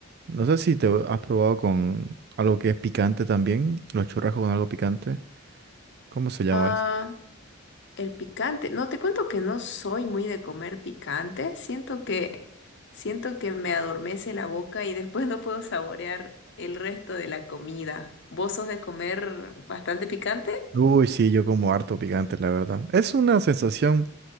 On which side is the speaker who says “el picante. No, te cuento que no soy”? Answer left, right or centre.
Left